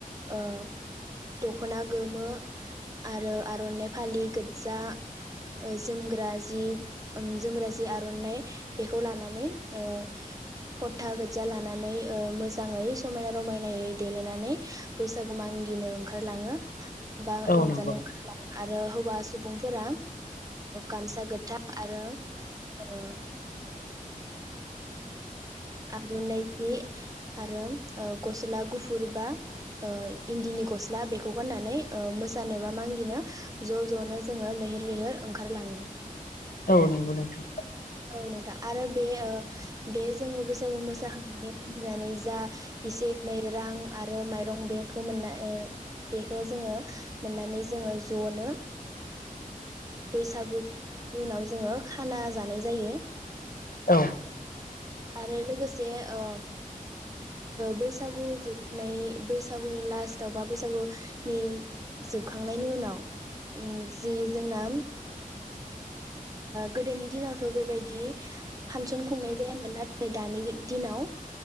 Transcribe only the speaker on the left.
औ
नंगौ
औ नंगौ नोंथां
औ